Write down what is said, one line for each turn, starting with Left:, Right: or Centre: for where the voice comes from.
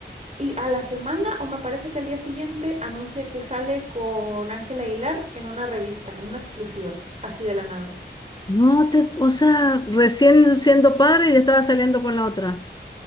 Right: y a la semana, o me parece que al día siguiente, anuncia que sale con Ángela Aguilar en una revista, en una exclusiva, así de la nada.
Left: No te, o sea, recién siendo padre y ya estaba saliendo con la otra.